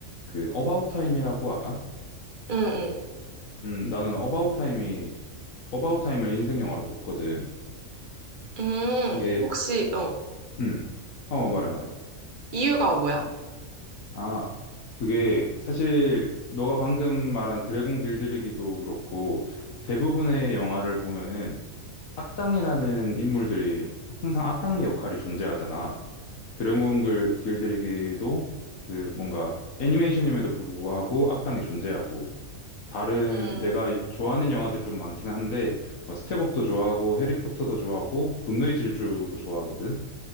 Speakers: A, on the left; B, on the right.
A: 그 어바웃 타임이라고 알아?
B: 응, 응.
A: 음, 나는 어바웃 타임이 어바웃 타임을 인생 영화로 꼽거든.
B: 음,
A: 그게
B: 혹시, 어,
A: 음. 어, 말해 말해.
B: 이유가 뭐야?
A: 아, 그게 사실 너가 방금 말한 드래곤 길들이기도 그렇고 대부분의 영화를 보면은 악당이라는 인물들이 항상 악당 역할이 존재하잖아. 드래곤 글- 길들이기도 그 뭔가 애니메이션임에도 불구하고 악당이 존재하고 다른
B: 음,
A: 내가 좋아하는 영화들이 좀 많긴 한데 뭐 스텝업도 좋아하고 해리포터도 좋아하고 분노의 질주도 좋아하거든.